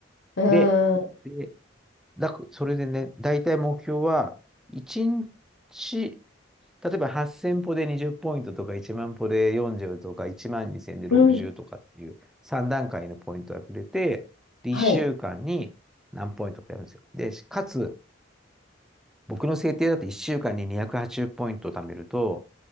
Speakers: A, on the left (about 75°); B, in the centre.
A: うーん。
B: で、で、だく、それでね、大体目標は、1日、例えば8000歩で20ポイントとか、1万歩で40とか、1万2000で60とかっていう3段階のポイントがくれて、
A: うん。
B: で、
A: はい。
B: 1週間に何ポイントかやるんですよ。で、かつ、僕の制定だと1週間に280ポイントを貯めると、